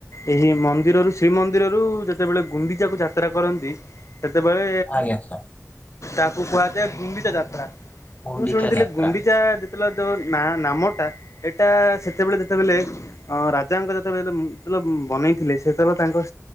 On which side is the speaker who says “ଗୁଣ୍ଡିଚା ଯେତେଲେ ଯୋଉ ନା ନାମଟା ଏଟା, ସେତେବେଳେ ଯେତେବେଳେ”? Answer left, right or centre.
Left